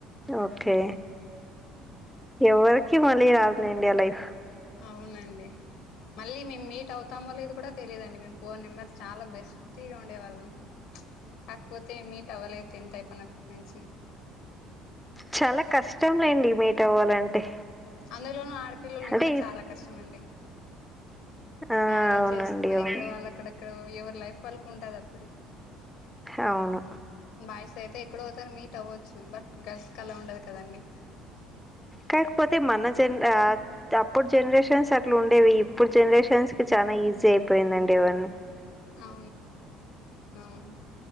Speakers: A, in the centre; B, on the left.
A: ఓకే ఎవరికి మళ్లీ రాదులేండి ఆ లైఫ్
B: అవునండి మళ్లీ మేము మీట్ అవుతామో లేదో కూడా తెలియదండి మేము ఫోర్ మెంబర్స్ చాలా బెస్టీగా ఉండేవాళ్ళం కాకపోతే మీట్ అవ్వలే టెన్త్ అయిపోయినప్పటి నుంచి
A: చాలా కష్టం లేండి మీట్ అవ్వాలంటే
B: అందులోనూ ఆడపిల్లలు
A: అంటే
B: ఇంకా
A: ఇప్-
B: చాలా కష్టమండి
A: ఆ
B: మ్యారేజ్
A: అవునండి
B: చేసుకొని
A: అవును
B: ఎక్కడ వాళ్లు అక్కడక్కడో ఎవరి లైఫ్ వాళ్లకి ఉంటది అప్పుడు
A: అవును
B: బాయ్స్ అయితే ఎక్కడో అక్కడ మీట్ అవ్వచ్చు బట్ గర్ల్స్ కి అలా ఉండదు కదండి
A: కాకపోతే మన జన అప్పుడు జనరేషన్స్ అట్లా ఉండేవి ఇప్పుడు జనరేషన్స్ కి చాలా ఈజీ అయిపోయిందండి ఇవన్నీ
B: అవును అవును